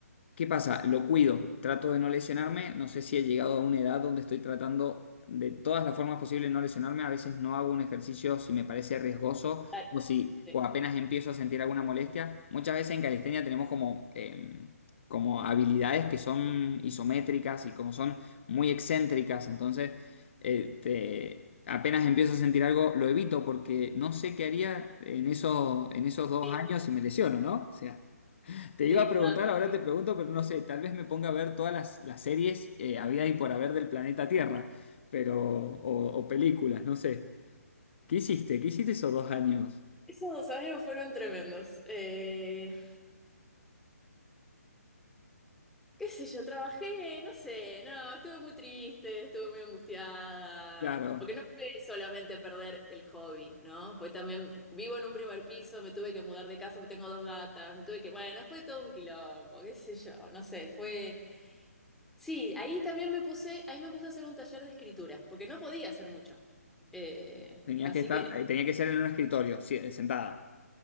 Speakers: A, on the left; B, in the centre.
A: ¿Qué pasa? Lo cuido, trato de no lesionarme, no sé si he llegado a una edad donde estoy tratando de todas las formas posibles no lesionarme, a veces no hago un ejercicio si me parece riesgoso
B: dale.
A: o si
B: Sí,
A: o apenas empiezo a sentir alguna molestia. Muchas veces en calistenia tenemos como, em, como habilidades que son isométricas y como son muy excéntricas, entonces eh, te- apenas empiezo a sentir algo lo evito porque no sé qué haría en esos, en esos dos
B: Sí,
A: años si me lesiono, ¿no? O sea. Te iba
B: sí.
A: a preguntar,
B: no, sí.
A: ahora
B: sí.
A: te pregunto, pero no sé, tal vez me ponga a ver todas las, las series eh, había y por haber del planeta Tierra, pero, o, o películas, no sé. ¿Qué hiciste? ¿Qué hiciste esos dos años?
B: Esos dos años fueron tremendos. Eh, qué sé yo, trabajé, no sé, no, estuve muy triste, estuve muy angustiada,
A: Claro,
B: porque no fue solamente perder el hobby, ¿no? Fue también, vivo en un primer piso, me tuve que mudar de casa, tengo dos gatas, me tuve que, bueno, fue todo un quilombo, qué sé yo, no sé, fue... Sí, ahí también me puse, ahí me puse a hacer un taller de escritura, porque no podía hacer mucho. Eh,
A: tenías
B: así
A: que estar,
B: que en-
A: eh, tenía que ser en un escritorio, sí, eh, sentada.